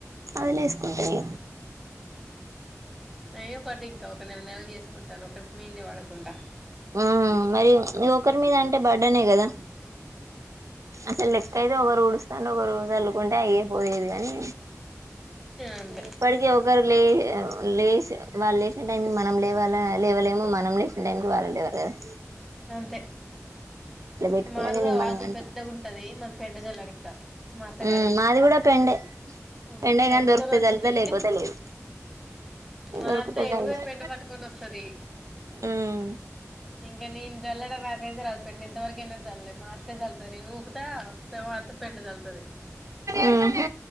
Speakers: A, on the right; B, in the centre.
A: ఆయిలేసుకుంటది
B: న ఏ పటు ఇంకా ఒక నెల నెల చేసుకుంటారు ఒకరికి మీల్ే పడకుండా
A: హ్మ్మ్ మరి మీ ఒకరి మీదంటే బడ్డే నే కదా! అసలు లెక్క అయితే ఒకరు ఊడుస్తాం ఒకరు రోజు చల్లుకుంటే అయయిపోలేదు కాని
B: అంతే
A: ఇప్పటికీ ఒకరు లే యావ్ లేచావ్ వాళ్ళు లేచిన టైంకి మనం లేవాల, లేవలేము. మనం లేచిన టైంకి వాళ్ళు లేవలేరు.
B: అంతే
A: పెట్టుకున్నది
B: మాది కూడా
A: నిమ్మలంగా
B: వాకిలి
A: అంతే
B: పెద్దగా ఉంటది మా పెండ జల్లాడు ఇంకా మా అత్తగారిది
A: మ్ మాది కూడా పెండే
B: అమ్మా
A: పెండే
B: ఈ పెండతోనే
A: గాని దొరికితే
B: వచ్చింది
A: చల్లుతా లేకపోతే లేదు
B: మాత్త
A: దొరికితే
B: ఎటువై
A: చల్లుతా
B: ఎండ పట్టుకొని వస్తుది
A: ఉమ్
B: ఇంకా నన్ జల్లడా నాకైతే రావదు పండి ఇంతవరకు ఎన జల్లే మే చల్తది నను ఊగుతా త పెడు చల్తుది
A: ఉహు